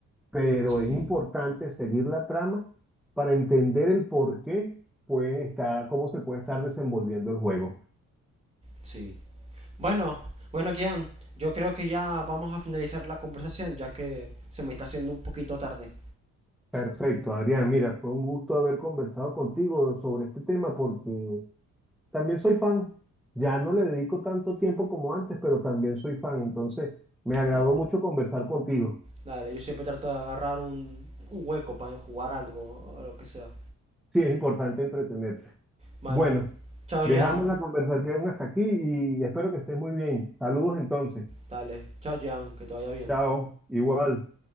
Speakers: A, in the centre; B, on the right (about 20°).
A: pero
B: Sí.
A: es importante seguir la trama para entender el por qué puede estar, cómo se puede estar desenvolviendo el juego.
B: Sí. Bueno, bueno, Kian. Yo creo que ya vamos a finalizar la conversación, ya que se me está haciendo un poquito tarde.
A: Perfecto, Adrián, mira, fue un gusto haber conversado contigo sobre este tema porque También soy fan. Ya no le dedico tanto tiempo como antes, pero también soy fan. Entonces, me agradó
B: Bueno,
A: mucho conversar contigo.
B: dale, yo siempre trato de agarrar un, un hueco para jugar algo o lo que sea.
A: Sí, es importante entretenerse.
B: Bueno,
A: Bueno,
B: chao,
A: dejamos
B: Jan.
A: la conversación hasta aquí y espero que estés muy bien. Saludos entonces.
B: Dale, chao, Jan, que te vaya bien.
A: Chao. Igual.